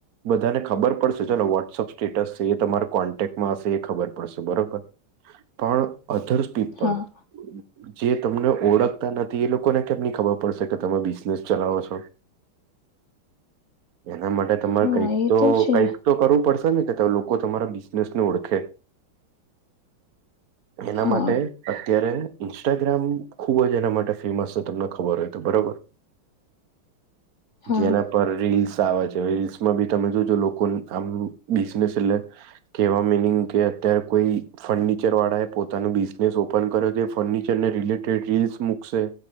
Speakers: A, on the right; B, on the left.
A: બધાને ખબર પડશે ચલો વોટ્સઅપ સ્ટેટસ છે એ તમારા કોન્ટેક્ટમાં હશે એ ખબર પડશે બરોબર. પણ અધર્સ પીપલ
B: હા
A: જે તમને ઓળખતા નથી એ લોકોને કેમની ખબર પડશે કે તમે બિઝનેસ ચલાવો છો. એના માટે તમારે
B: હા
A: કઈક
B: એ
A: તો
B: છે
A: કઈક. તો કરવું પડશે ને કે લોકો તમારા બિઝનેસને ઓળખે. એના
B: હા
A: માટે અત્યારે ઇન્સ્ટાગ્રામ ખુબ જ એના માટે ફેમસ છે તમને ખબર હોય તો બરોબર.
B: હા
A: જેના પણ રીલ્સ આવે છે રીલ્સમાં બી તમે જોજો લોકો આમ બિઝનેસ એટલે કેવા મિનિંગ કે અત્યારે કોઈ ફર્નિચર વાળા એ પોતાનું બી પેજ ઓપન કરો જે ફર્નિચરને રિલેટેડ રીલ્સ મૂકશે